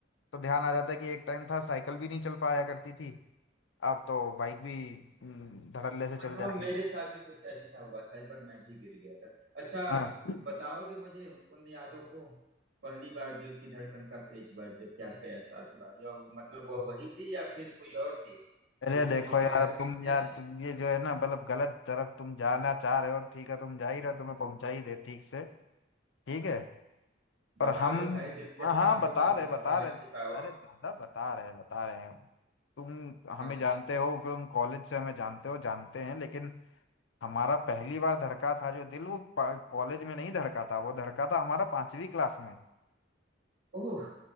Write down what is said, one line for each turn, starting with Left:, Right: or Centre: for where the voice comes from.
Left: तो ध्यान आ जाता है कि एक टाइम था साइकिल भी नहीं चल पाया करती थी अब तो बाइक भी हम्म, धड़ल्ले से
Right: हाँ
Left: चल जाती
Right: मेरे साथ भी कुछ ऐसा हुआ था एक बार मैं भी गिर गया था अच्छा
Left: है
Right: बताओगे मुझे उन यादों को पहली बार दिल की धड़कन का तेज हुआ जब प्यार का एहसास हुआ या मतलब वह वही थी या फिर कोई और थी
Left: अरे
Right: जिसकी
Left: देखो
Right: हम अफवाहें
Left: यार
Right: सुनते
Left: अब तुम यार
Right: हैं
Left: तुम ये जो है ना मतलब गलत तरफ तुम जाना चाह रहे हो अब ठीक है तुम जा ही रहे हो तुम्हें पहुंचा ही दे ठीक से ठीक है
Right: बता
Left: और हम
Right: दो भाई दिल के
Left: हाँ
Right: अम्मा
Left: हाँ
Right: हमको
Left: बता
Right: भी
Left: रहे
Right: बताओ
Left: बता
Right: मत
Left: रहे
Right: पाओ
Left: अरे दादा बता रहे बता रहे हैं तुम
Right: हाँ
Left: हमें
Right: हाँ
Left: जानते हो कि तुम कॉलेज से हमें जानते हो जानते हैं लेकिन हमारा पहली बार धड़का था जो दिल वो कॉलेज में नहीं धड़का था वो धड़का था हमारा पांचवी क्लास में
Right: ओह